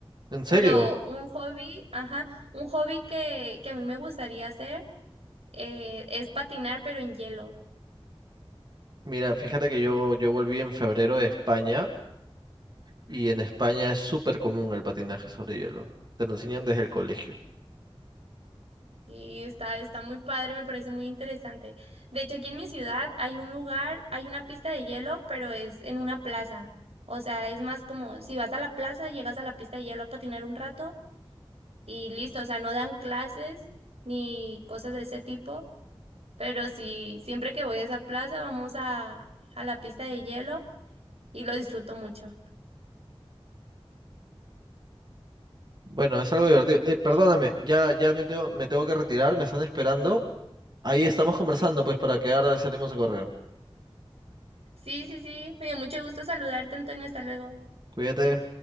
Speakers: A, on the right; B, on the right.
A: ¿En serio?
B: Pero un hobby, ajá, un hobby que, que a mí me gustaría hacer eh, es patinar pero en hielo.
A: Mira, fíjate que yo, yo volví en febrero de España y en España es súper común el patinaje sobre hielo. Te lo enseñan desde el colegio.
B: Sí, está, está muy padre, me parece muy interesante. De hecho, aquí en mi ciudad hay un lugar, hay una pista de hielo, pero es en una plaza. O sea, es más como si vas a la plaza, llegas a la pista de hielo a patinar un rato y listo. O sea, no dan clases ni cosas de ese tipo, pero sí, siempre que voy a esa plaza vamos a, a la pista de hielo y lo disfruto mucho.
A: Bueno, es algo divertido. Eh, perdóname,
B: Sí,
A: ya, ya me tengo, me tengo que retirar, me están esperando. Ahí estamos conversando, pues, para quedar, salimos a correr.
B: sí, sí, sí, me dio mucho gusto saludarte, Antonio, hasta luego.
A: Cuídate.